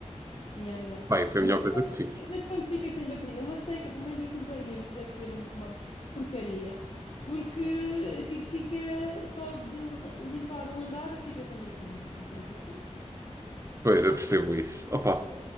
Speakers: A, on the left; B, on the right.
A: Yeah, yeah.
B: Bem, foi
A: Mas,
B: a melhor coisa
A: quando
B: que fiz.
A: fica mas quando fica sem bateria, uma seca, pelo menos eu comprei um que deve ser uma porcaria, porque aquilo fica só de limpar um andar já fica sem bateria. Não tenho paciência.
B: Pois, eu percebo isso. Opa.